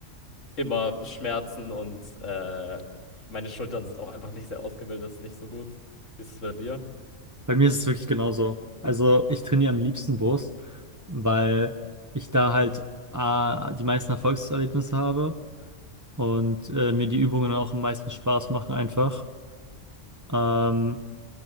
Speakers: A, on the left; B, on the right.
A: immer Schmerzen und äh, meine Schultern sind auch einfach nicht sehr ausgebildet, ist nicht so gut. Wie ist es bei dir?
B: bei mir ist es wirklich genauso. Also ich trainiere am liebsten Brust, weil ich da halt A, die meisten Erfolgserlebnisse habe und äh, mir die Übungen auch am meisten Spaß machen einfach. Ähm,